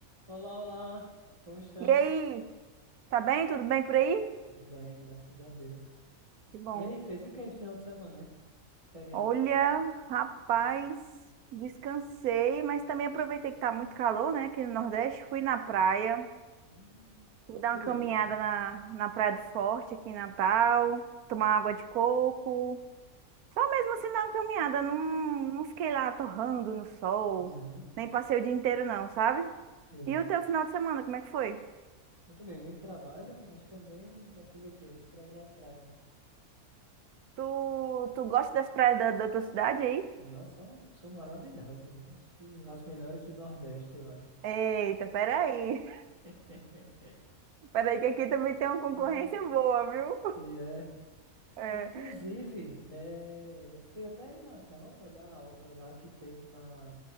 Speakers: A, on the right; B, on the right.
A: Olá, olá, como estamos?
B: E aí, tá bem? Tudo bem por aí?
A: Tudo bem, graças a Deus.
B: Que bom.
A: E aí, fez o que no final de semana, né? Feriadão?
B: Olha, rapaz,
A: Fez o quê?
B: descansei, mas também aproveitei que tá muito calor, né, aqui no Nordeste. Fui na praia,
A: Hum,
B: fui dar
A: fui
B: uma caminhada
A: hoje também.
B: na, na Praia do Forte, aqui em Natal, tomar água de coco. Só mesmo assim dar uma caminhada, não, não fiquei lá torrando no sol,
A: Uhum,
B: nem passei o dia inteiro não, sabe?
A: sei.
B: E o teu final de semana, como é que foi?
A: Eu também, muito trabalho, mas também aproveitei hoje pra ir na praia.
B: Tu, tu gosta das praias da, da tua cidade aí?
A: Nossa, são, são maravilhosas, né? Acho que as melhores do Nordeste, eu acho.
B: Eita, peraí.
A: <laughs>
B: Peraí, que aqui também tem uma concorrência
A: É,
B: boa, viu?
A: e é.
B: É.
A: Inclusive, é, eu fui até em Natal olhar a obra lá que teve na